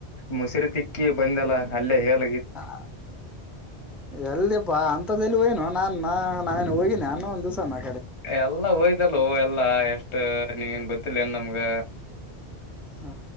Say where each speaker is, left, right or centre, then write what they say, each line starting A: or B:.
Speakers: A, on the left (about 85°); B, in the centre.
A: ಮುಸರಿ ತಿಕ್ಕಿ ಬಂದಲ್ಲ ಅಲ್ಲೇ ಹೇಳ
B: ಹ ಎಲ್ಲಿಪ್ಪಾ ಅಂತದಲ್ಲಿ ಏನು ನಾ ನಾನೇನ್ ಹೋಗಿನೆನ ಇ ಒಂದು ದಿವಸಾನ
A: ಎಲ್ಲಾ ಹೋಯ್ದಲ್ಲ ಎಲ್ಲಾ ಎಷ್ಟ ನೀನ್ ಗೊತ್ತಿಲ್ಲ ಇನ್ ನಮ್ಗ
B: ಹ